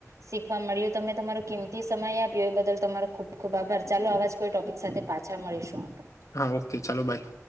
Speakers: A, on the right (about 70°); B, on the left (about 75°).
A: શીખવા મળ્યું તમે તમારું કેમ સમય આપ્યો એ બદલ તમારો ખુબ ખુબ આભાર ચાલો આવાજ કોઈ ટોપિક સાથે પાછા મળીશું.
B: હા ઓકે ચાલો બાય